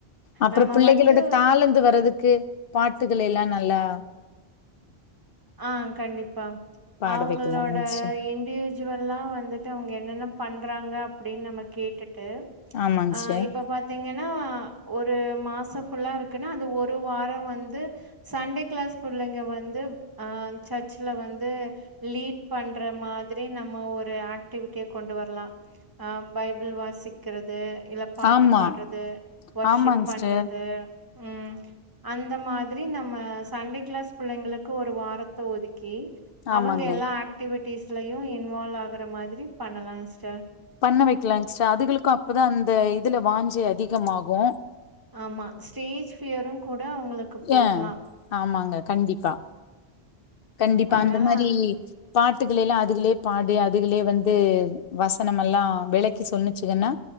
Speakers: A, on the left (about 65°); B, on the right (about 20°).
A: அப்புறோ
B: நம்ம
A: பிள்ளைகளோட
B: வந்து
A: தாழந்து வர்றதுக்கு பாட்டுகள் எல்லா நல்லா
B: ஆ கண்டிப்பா
A: பாட
B: அவங்களோட
A: வைக்கலா இல்லைங் சிஸ்டர்
B: இண்டு விஜுவல்லா வந்துட்டு அவங்க என்னென்ன பண்றாங்க அப்டின் நம்ம கேட்டுட்டு
A: ஆமாங்
B: ஆ
A: சிஸ்டர்
B: இப்ப பா த்தீங்கன்னா ஒரு மாசோ ஃபுல்லா இருக்குன்னா அது ஒரு வாரோ வந்து சண்டே கிளாஸ் புள்ளைங்க வந்து ஆ சர்ச்ல வந்து லீட் பண்ற மாதிரி நம்ம ஒரு ஆக் டிவிட்டிய கொண்டு வர்லா ஆ பைபிள் வாசிக்குறது இல்ல பாட்டு
A: ஆமா
B: பாடுறது வர்ஷிப்
A: ஆமாங் சிஸ்டர்
B: பண்றது ம் அந்த மாதிரி நம்ம சண்டே க்ளாஸ் பிள்ளைங்களுக்கு ஒரு வாரத்த ஒதுக்கி
A: ஆமாங்க
B: அவங்க எல்லா ஆக்டிவிட்டிஸ்லயு இன்வால்வ் ஆகுற மாதிரி பண்ணலாஸ்டர்
A: பண்ண வைக்கலாங் சிஸ்ட அதுகளுக்கு அப்பதா அந்த இதுல வாஞ்சி அதிகமாகு
B: ஆமா ஸ்டேஜ் ஃபியரு கூட அவங்களுக்கு போகலா
A: ஏ ஆமாங்க கண்டிப்பா கண்டிப்பா
B: அதனால
A: அந்த மாரி பாட்டுகள எல்லா அதுகளே பாடு அதுகளே வந்து வசனமெல்லா வெளக்கி சொன்னுச்சுங்கன்னா